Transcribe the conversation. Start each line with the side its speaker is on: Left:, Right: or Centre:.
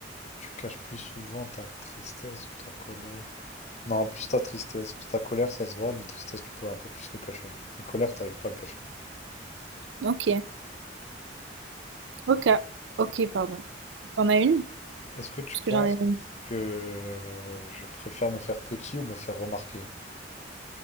Left: Tu caches plus souvent ta tristesse ou ta colère. Non, plus ta tristesse. Parce que Ta colère, ça se voit, mais tristesse, tu peux un peu plus le cacher. Mais colère, t'arrives pas à le cacher.
Right: Ok. Ok. Ok, pardon. T'en as une?
Left: Est-ce que tu
Right: Parce que
Left: penses
Right: j'en ai une.
Left: que euh, je préfère me faire petit ou me faire remarquer?